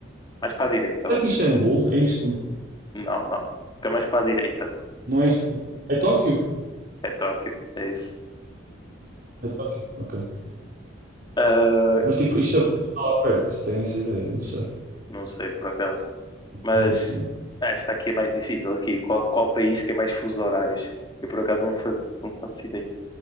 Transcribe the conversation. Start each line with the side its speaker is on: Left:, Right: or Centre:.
Left: mais para a direita,
Right: Será
Left: vai.
Right: que Istambul? É Istambul?
Left: Não, não. Fica mais para a direita.
Right: Não é Istambul. É Tóquio?
Left: É Tóquio. É isso.
Right: É Tóquio. Ok.
Left: Ah,
Right: Mas tipo, isto é lá perto, tenho essa ideia, não sei.
Left: não sei por acaso. Mas
Right: Não vejo também.
Left: ah, esta aqui é mais difícil aqui. Qual, qual país tem mais fusos horários? Eu por acaso não faz, não faço ideia.